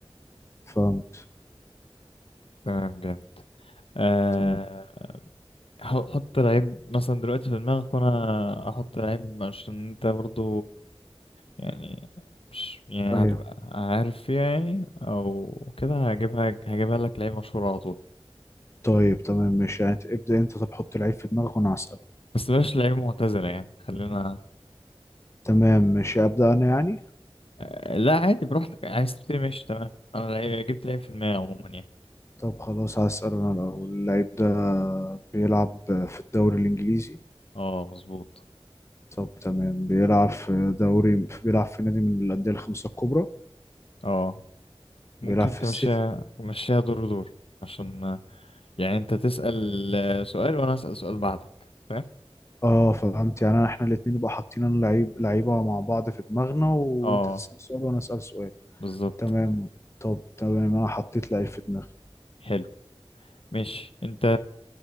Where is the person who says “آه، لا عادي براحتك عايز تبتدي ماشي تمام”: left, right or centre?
Left